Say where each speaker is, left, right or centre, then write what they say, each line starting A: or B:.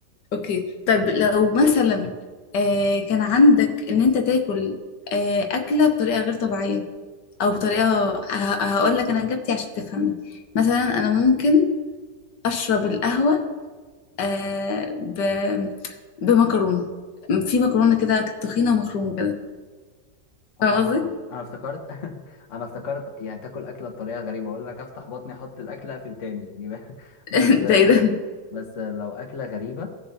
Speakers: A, on the left (about 80°); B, on the left (about 50°).
A: اوكي طيب لو مثلا آه كان عندك ان انت تاكل آه اكله بطريقه غير طبيعيه او بطريقه ه- هقول لك انا اجابتي عشان تفهمني مثلا انا ممكن اشرب القهوه آه ب... بمكرونه في مكرونه كده تخينه ومخرومه كده
B: اه
A: فاهم قصدي
B: انا افتكرت <laughs> انا افتكرت يعني تاكل اكله بطريقه غريبه اقول لك افتح بطني احط الاكله اقفل تاني يعني <laughs>
A: <laughs>
B: بس مد...
A: ده ايه ده
B: بس لو اكله غريبه